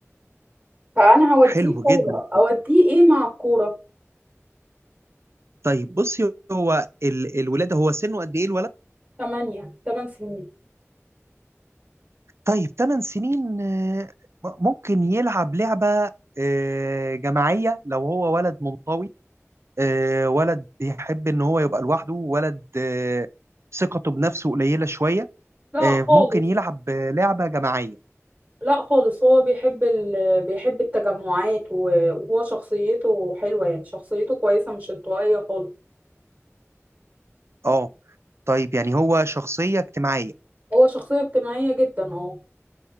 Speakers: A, on the right; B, on the right.
A: فأنا هوديه
B: حلو
A: كورة
B: جدا
A: أوديه إيه مع الكورة
B: طيب بصي هو ال- الولاد هو سنه قد ايه الولد؟
A: تمانية تمن سنين
B: طيب 8 سنين آه، ممكن يلعب لعبة آه، جماعية لو هو ولد منطوي آه، ولد بيحب ان هو يبقى لوحده ولد آه، ثقته بنفسه قليلة شوية
A: لا
B: آه،
A: خالص
B: ممكن يلعب آه، لعبة جماعية
A: لا خالص هو بيحب ال... بيحب التجمعات و- وهو شخصيته حلوة يعني شخصيته كويسة مش انطوائية خالص
B: اه طيب يعني هو شخصية اجتماعية
A: هو شخصية اجتماعية جدا اه